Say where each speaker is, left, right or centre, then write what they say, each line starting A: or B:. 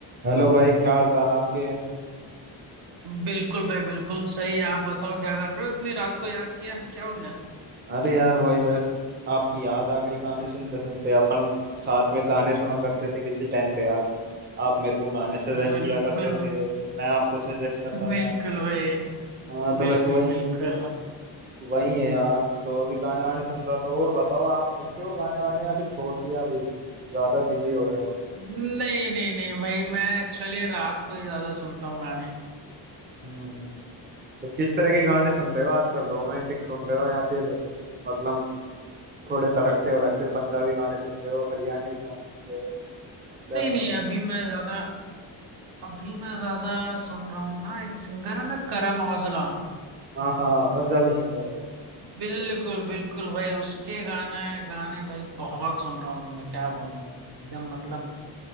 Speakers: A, on the right; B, on the right.
A: Hello भाई क्या हाल चाल आपके
B: बिल्कुल भाई बिल्कुल सही आप बताओ क्या कर रहे हो इतनी रात को याद किया क्या हो गया
A: अरे यार वही बस आपकी याद आ गई गाने सुनते सुनते अपन साथ में गाने सुना करते थे किसी टाइम पे यार आप मेरे को गाने सजेस्ट
B: बिल्कुल
A: किया करते थे मैं आपको सजेस्ट
B: <laughs>
A: करता
B: बिल्कुल
A: था
B: भाई
A: हाँ तो
B: बिल्कुल
A: बस वही
B: बिल्कुल
A: वही है यार तो अभी गाने वाने सुन रहा था और बताओ आप सुनते हो गाने वाने या फिर छोड़ दिया अभी ज्यादा बिजी हो रहे हो
B: नहीं नहीं नहीं भाई मैं एक्चुअली रात को ही ज्यादा सुनता हूँ गाने
A: हम्म तो किस तरह के गाने सुन रहे हो आजकल रोमांटिक सुन रहे हो या फिर मतलब थोड़े तड़कते भड़कते पंजाबी गाने सुन रहे हो हरियाणवी सॉन्ग सुन रहे हो क्या
B: नहीं नहीं
A: सुनते हो
B: अभी मैं ज्यादा अभी मैं ज्यादा सुन रहा हूँ ना एक सिंगर है ना करण औजला
A: हाँ हाँ पंजाबी सिंगर है
B: बिल्कुल बिल्कुल भाई उसके गाना गाने भाई बहुत सुन रहा हूँ अभी मैं क्या बोलूँ एकदम मतलब